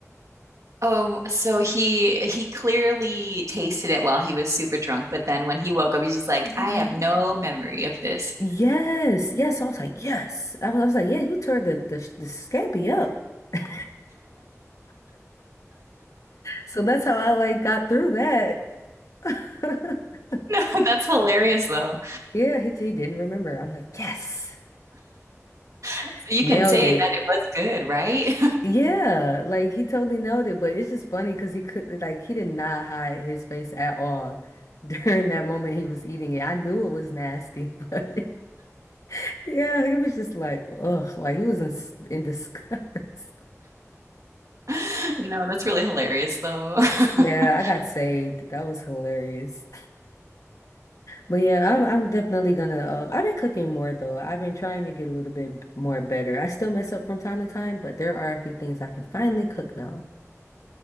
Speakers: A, on the right; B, on the left.
A: Oh, so he he clearly tasted it while he was super drunk, but then when he woke up, he's just like,
B: Y-
A: I have no memory of this.
B: Yes,
A: <laughs>
B: yes. So I was like, yes. I was, I was like, yeah, you turned the, the the scampi up. <laughs> So that's how I like got through that. <laughs>
A: No, that's hilarious though.
B: Yeah, he, he didn't remember. I'm like, yes,
A: So
B: <laughs>
A: you
B: nailed
A: can say
B: it.
A: that it was good, right?
B: Yeah, like he totally nailed it, but it's just funny because he could like he did not hide his face at all <laughs> during that moment he was eating it. I knew it was nasty, but <laughs> yeah, he was just like, ugh, like he was in, s- in disgust. <laughs>
A: <laughs> No, that's really hilarious though.
B: Yeah,
A: <laughs>
B: I got saved. That was hilarious. But yeah, I'm I'm definitely gonna. Um, I've been cooking more though. I've been trying to get a little bit more better. I still mess up from time to time, but there are a few things I can finally cook now.